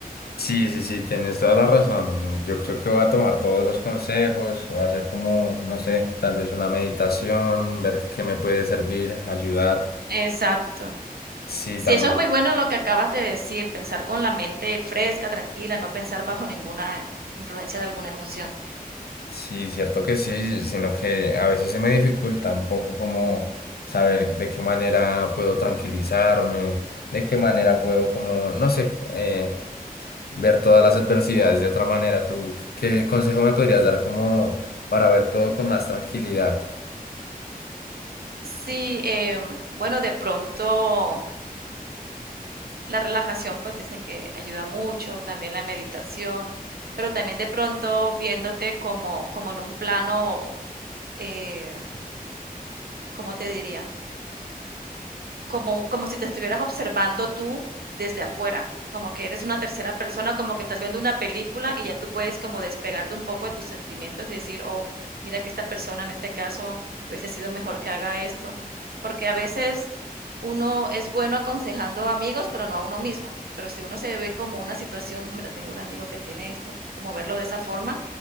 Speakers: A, on the left (about 90°); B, on the right (about 80°).
A: Sí, sí, sí, tienes toda la razón. Yo creo que voy a tomar todos los consejos, voy a hacer como, no sé, tal vez una meditación, ver qué me puede servir, ayudar.
B: Exacto.
A: Sí,
B: Sí,
A: también,
B: eso es muy bueno lo que acabas de decir, pensar con la mente fresca, tranquila, no pensar bajo ninguna influencia de alguna emoción.
A: sí, cierto que sí, sino que a veces se me dificulta un poco como saber de qué manera puedo tranquilizarme, de qué manera puedo como, no sé, eh, ver todas las adversidades de otra manera. ¿Tú qué consejo me podrías dar como para ver todo con más tranquilidad?
B: Sí, em, bueno, de pronto la relajación, pues dicen que ayuda mucho, también la meditación, pero también de pronto viéndote como, como en un plano, eh, ¿cómo te diría? como, como si te estuvieras observando tú desde afuera, como que eres una tercera persona, como que estás viendo una película y ya tú puedes como despegarte un poco de tus sentimientos y decir, oh, mira que esta persona en este caso hubiese sido mejor que haga esto, porque a veces uno es bueno aconsejando a amigos, pero no a uno mismo. Pero si uno se ve como una situación, mira, tengo un amigo que tiene esto, como verlo de esa forma,